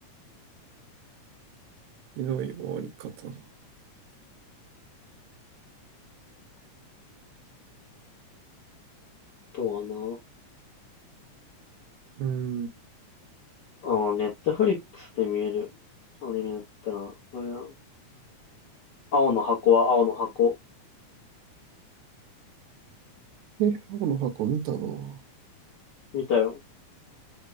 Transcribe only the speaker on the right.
ひどい終わり方だ。
うん。
え、青の箱見たな。う